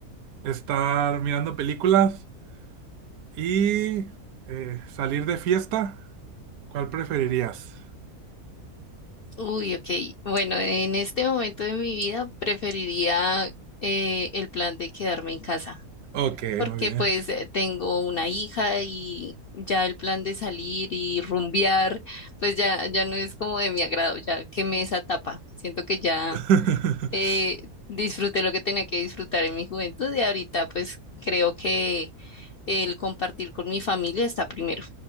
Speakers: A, on the right (about 75°); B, on the left (about 65°).
A: estar mirando películas y eh, salir de fiesta, ¿cuál preferirías?
B: Uy, ok. Bueno, en este momento de mi vida preferiría eh, el plan de quedarme en casa.
A: Ok,
B: porque
A: muy bien.
B: pues eh, tengo una hija y ya el plan de salir y rumbear, pues ya, ya no es como de mi agrado, ya quemé esa etapa. Siento que ya
A: <laughs>
B: eh, disfruté lo que tenía que disfrutar en mi juventud y ahorita pues creo que el compartir con mi familia está primero.